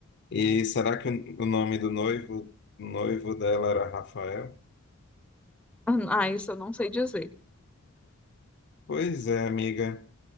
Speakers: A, on the left; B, in the centre.
A: E será que o o nome do noivo, noivo dela era Rafael?
B: Ah, isso eu não sei dizer.
A: Pois é, amiga.